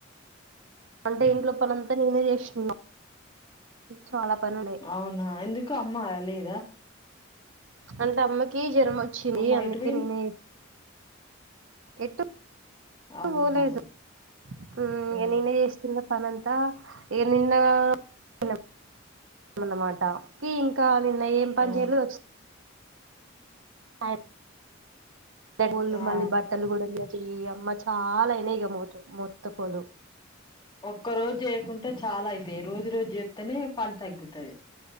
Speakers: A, on the right; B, on the left.
A: అంటే ఇంట్లో పనీ అంతా నేనే చేస్తున్నా చాలా పని ఉండే
B: అవునా ఎందుకు అమ్మ లేదా
A: అంటే అమ్మకి జ్వరం వచ్చింది
B: అమ్మ
A: అందుకే
B: ఎటు పోయింది
A: నేనే ఎటు
B: అవునా
A: పోలేదు ఉ
B: ఆ
A: ఇగ నేనే చేసుకున్న పని అంతా ఏందో ఏందో న్నాం న్నమాట ఏ ఇంకా నిన్న ఏం పని
B: ఆ
A: చేయలేదు వ అయ్ ఇంతక ముందు
B: ఆ
A: మళ్ళీ బట్టలు కూడా చెయ అమ్మ చాలా అయినా ఇక మ మొత్త కోలు
B: ఒక్క రోజు చేయకుంటే చాలా అయితాయి రోజు రోజు చేత్తేనే పని తగ్గుతది